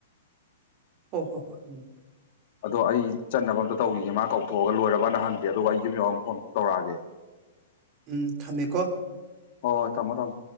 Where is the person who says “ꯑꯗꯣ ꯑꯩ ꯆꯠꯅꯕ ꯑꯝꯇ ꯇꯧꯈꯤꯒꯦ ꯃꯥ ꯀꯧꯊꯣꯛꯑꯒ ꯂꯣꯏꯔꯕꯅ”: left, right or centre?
Left